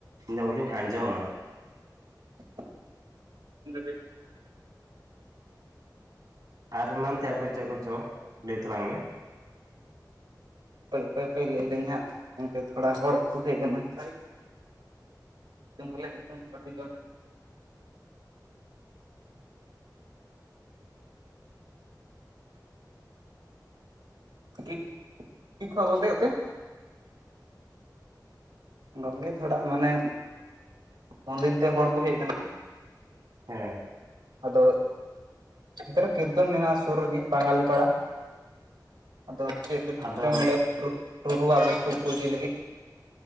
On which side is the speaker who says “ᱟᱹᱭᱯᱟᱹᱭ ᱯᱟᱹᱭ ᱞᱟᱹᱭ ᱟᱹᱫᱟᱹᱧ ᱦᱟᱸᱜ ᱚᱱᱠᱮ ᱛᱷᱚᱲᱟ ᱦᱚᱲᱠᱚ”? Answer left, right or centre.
Right